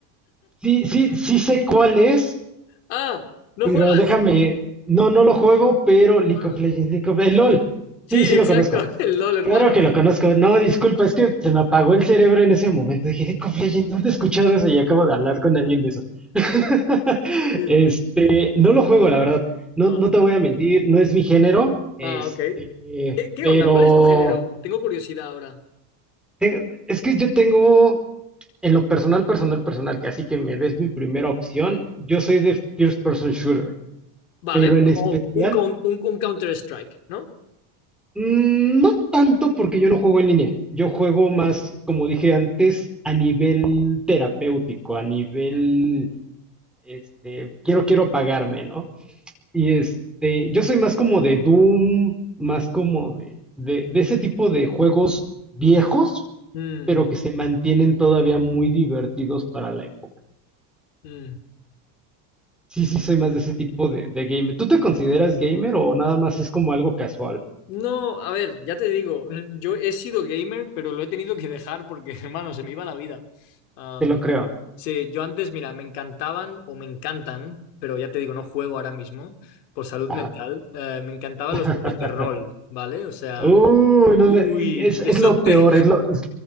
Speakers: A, in the centre; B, on the left.
A: Sí, sí, sí sé cuál es,
B: Ah, ¿no
A: pero
B: juegas?
A: déjame, no, no lo juego, pero League
B: Ah,
A: of Legends, League of el LOL.
B: sí,
A: Sí, sí
B: exacto,
A: lo conozco.
B: <laughs> el LOL, hermano.
A: Claro que lo conozco. No, disculpa, es que se me apagó el cerebro en ese momento. Dije, League of Legends, ¿dónde he escuchado eso? Y acabo de hablar con alguien de eso. <laughs>
B: Sí.
A: Este, no lo juego, la verdad. No,
B: Ah,
A: no te voy a mentir, no es mi género. Este,
B: ah, ok. ¿Qué, qué
A: pero
B: onda? ¿Cuál es tu género? Tengo curiosidad ahora.
A: te- es que yo tengo en lo personal, personal, personal, que así que me des mi primera opción. Yo soy de first person shooter,
B: Vale,
A: pero en
B: como
A: especial.
B: un, coun- un, un Counter-Strike, ¿no?
A: Mm, No tanto porque yo no juego en línea. Yo juego más, como dije antes, a nivel terapéutico, a nivel, este, quiero, quiero apagarme, ¿no? Y este, yo soy más como de Doom, más como de, de, de ese tipo de juegos viejos,
B: Mm,
A: pero que se mantienen todavía muy divertidos para la época.
B: mm.
A: Sí, sí, soy más de ese tipo de, de gamer. ¿Tú te consideras gamer o nada más es como algo casual?
B: No, a ver, ya te digo, <laughs> yo he sido gamer, pero lo he tenido que dejar porque, <laughs> hermano, se me iba la vida. Am,
A: Te lo creo.
B: sí, yo antes, mira, me encantaban o me encantan, pero ya te digo, no juego ahora mismo por salud
A: Ajá.
B: mental. eh, me encantaban
A: <laughs>
B: los juegos de rol, ¿vale? O sea,
A: Uy, no
B: uy,
A: me- y es, es
B: eso
A: lo
B: te,
A: peor, es lo, es-